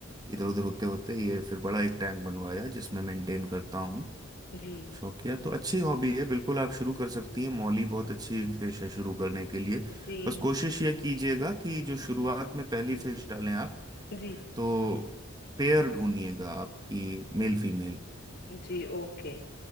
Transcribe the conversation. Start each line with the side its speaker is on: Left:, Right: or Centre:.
Right: इधर उधर होते होते ये फिर बड़ा एक टैंक बनवाया जिसमें मेंटेन करता हूँ
Left: जी
Right: शौकिया तो अच्छी हॉबी है बिल्कुल आप शुरू कर सकती हैं मौली बहुत अच्छी फिश है शुरू करने के लिए
Left: जी
Right: बस कोशिश ये कीजिएगा कि जो शुरुआत में पहली फिश डालें आप
Left: जी
Right: तो पेयर ढूंढिएगा आपकी मेल फीमेल
Left: जी ओके